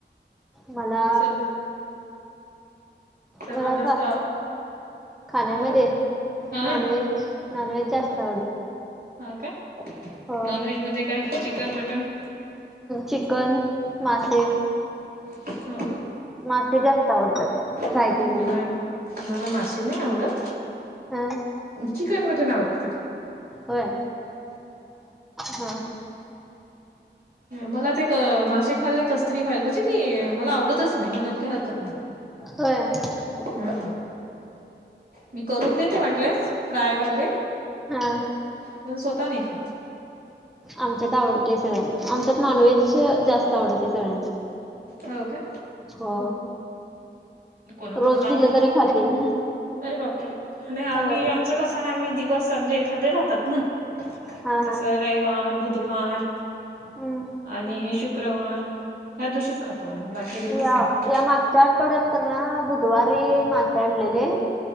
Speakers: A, in the centre; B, on the right.
A: मला
B: सर्व सर्वात
A: मला
B: जास्त
A: खाण्यामध्ये
B: हो हा
A: नॉनव्हेज नॉनव्हेज जास्त आवडते
B: हा का
A: हो
B: नॉन व्हेज मध्ये काय चिकन मटन
A: चिकन मासे
B: हा
A: मासे जास्त आवडतात. फ्राय
B: <unintelligible>
A: केलेले
B: मला मासे नाही आवडत.
A: हा
B: चिकन मटण आवडत.
A: होय. हा.
B: मला ते मासेे खाली कस्तरी व्हायल. म्हणजे मी मला आवडतच नाही. म्हणाल काही हरकत नाही.
A: होय.
B: हा. मी करून देते वाटल्यास. फ्राय वगैरे.
A: हा
B: पण स्वतः नाही खात.
A: आमच्यात आवडतय सगळ्यांना. आमच्यात नॉनव्हेज जास्त आवडत सगळ्यांना.
B: हो का?
A: हो.
B: कोणाकोणाला
A: रोज
B: आवडते
A: दिले तरी खातील.
B: अरे बाप रे! आणि आम्ही
A: होय.
B: आमचं कसं आहे? आम्ही दिवस सजे एखादे राहतात ना?
A: हा
B: जस
A: हा.
B: रविवार, बुधवार.
A: हम्म.
B: आणि शुक्रवार ह्या दिवशीच खातो आम्ही. बाकी- दिवस
A: या,
B: नाही
A: या मागच्या आठवड्यात तर ना बुधवारी मासे आणलेले.